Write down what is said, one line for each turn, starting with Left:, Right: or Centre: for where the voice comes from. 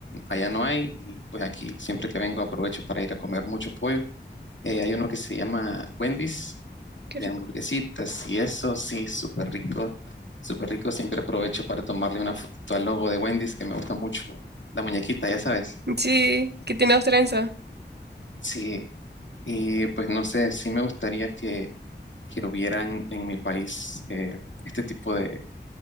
Left: allá no hay. Y pues aquí siempre que vengo aprovecho para ir a comer mucho pollo. Eh, hay uno que se llama Wendy's,
Right: Qué
Left: de
Right: rico.
Left: hamburguesitas y eso, sí, súper rico, súper rico. Siempre aprovecho para tomarle una fotito al logo de Wendy's, que me gusta mucho, la muñequita, ya sabes.
Right: Sí, ¿qué tiene trenza
Left: Sí, y pues no sé, sí me gustaría que, que hubiera en, en mi país eh, este tipo de,